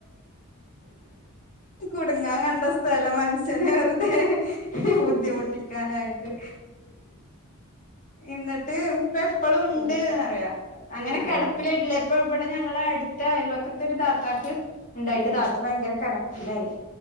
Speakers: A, on the left; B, on the right.
A: കുടുങ്ങാ കണ്ട സ്ഥലം മനുഷ്യനെ വെറുതെ <inaudible> ബുദ്ധിമുട്ടിക്കാനായിട്ട്
B: ഉം
A: എന്നിട്ട് ഇപ്പ എപ്പളും ഉണ്ട്ന്ന്
B: ഉം
A: പറയാ അങ്ങനെ
B: ആഹ്
A: കെടപ്പിലാട്ടില്ല ഇപ്പ ഇവിടെ ഞങ്ങള് അടുത്ത അയൽവക്കത്തൊരു താ താക്ക് ഉണ്ടായിട്ട്
B: ഉം
A: താത്ത ഭയങ്കര കെട പ്പിലായി